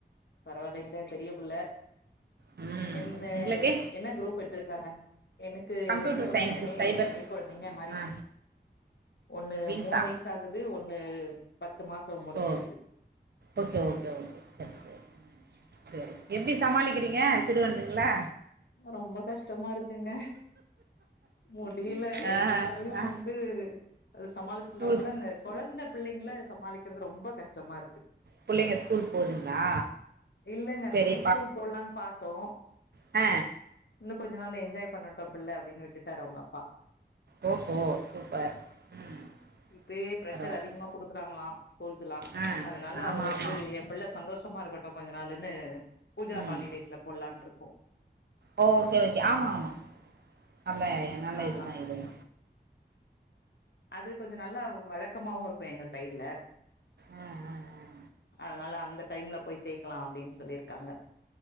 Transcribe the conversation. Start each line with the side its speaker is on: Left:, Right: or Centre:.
Left: பரவாயில்லைங்களே பெரிய புள்ள
Right: ம்
Left: எந்த
Right: உங்களுக்கு
Left: என்ன குரூப் எடுத்திருக்காங்க எனக்கு
Right: கம்ப்யூட்டர்
Left: ரெண்டு பசங்களுமே
Right: சயின்ஸு சைபர்ஸ்
Left: கை கொழந்தைங்க மாறி
Right: ஆ
Left: ஒண்ணு
Right: மீன்ஸா
Left: மூணு வய சாகுது ஒண்ணு பத்து மாசோ முடிஞ்சிருக்கு
Right: ஓ ஓகே ஓகே ஓகே செர் செரி செரி எப்டி
Left: ம்
Right: சமாளிக்கிறீங்க சிறுவண்டுங்களா
Left: ரொம்ப கஷ்டமா இருக்குங்க முடியில
Right: ஆ
Left: எல்லாரையு
Right: ஆ
Left: வந்து சமாளிச்சில்லாம்போல
Right: ஸ்கூல்
Left: இந்த கொழந்த பிள்ளைங்கல சமாளிக்கிறது ரொம்ப கஷ்டமா இருக்கு
Right: புள்ளைங்க ஸ்கூல் போதுங்களா
Left: இல்லெங்க
Right: சரி
Left: ப்ரீ ஸ்கூல் போல்லான் பாத்தோ
Right: அ
Left: இன்னு கொஞ்ச நாள் என்ஜாய் பண்ணட்டு பிள்ள அப்டினு விட்டுட்டாரு அவுங் அப்பா
Right: ஓ ஹோ சூப்பர் ம்
Left: இப்பயே ப்ரெஷர்
Right: பரவால்ல
Left: அதிகமா குடுக்குறாங்களா ஸ்கூல்ஸ் எல்லா
Right: ஆ
Left: அதனால
Right: ஆமா
Left: அவர்
Right: ஆமா
Left: வந்து எ பிள்ள சந்தோஷமா இருக்கட்டு கொஞ்ச நாளுன்னு பூஜா
Right: ம்
Left: ஹாலிடேஸ்ல போட்லான்ருக்கோ
Right: ஓ ஓகே ஓகே ஆமா ஆமா நல்லா நல்ல
Left: ஆ
Right: இதுதா இதுவு
Left: அது கொஞ்சோ நல்லா வழக் கமாவு இருக்கு எங்க சைட்ல
Right: ஆ ஆ ஆ
Left: அதனால அந்த டைம்ல போய் சேக்கலா அப்டின் சொல்லிருக்காங்க